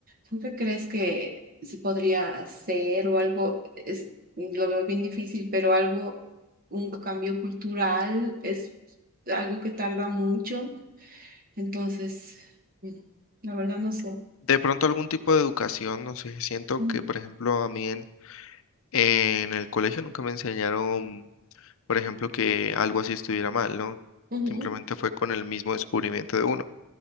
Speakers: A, on the right; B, on the left.
A: ¿tú qué crees que se podría hacer o algo? Es, lo veo bien difícil, pero algo, un cambio cultural es algo que tarda mucho. Entonces, mm, la verdad no sé.
B: De pronto algún tipo de educación, no sé, siento
A: Ujú,
B: que, por ejemplo, a mí en, en el colegio nunca me enseñaron, por ejemplo, que algo así estuviera mal, ¿no?
A: ujú,
B: Simplemente fue con el mismo descubrimiento de uno.